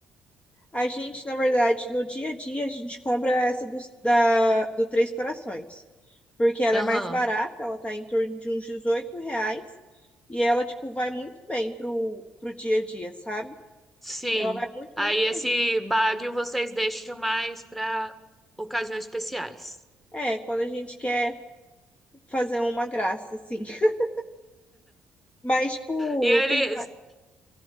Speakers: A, on the left; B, in the centre.
A: A gente, na verdade, no dia a dia, a gente compra essa do, da, do Três Corações. Porque ela
B: Aham.
A: é mais barata, ela tá em torno de uns 18 reais. E ela, tipo, vai muito bem pro, pro dia a dia, sabe?
B: Sim.
A: Ela vai muito,
B: Aí
A: muito
B: esse
A: bem mesmo.
B: Baguio vocês deixam mais para ocasiões especiais.
A: É, quando a gente quer fazer uma graça, assim. <laughs> Mas, tipo,
B: E eles,
A: tem. va-